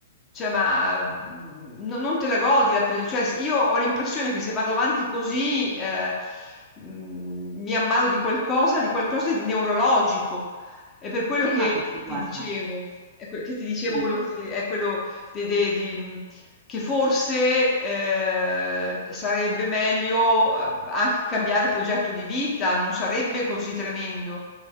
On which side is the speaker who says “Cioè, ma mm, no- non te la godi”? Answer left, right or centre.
Left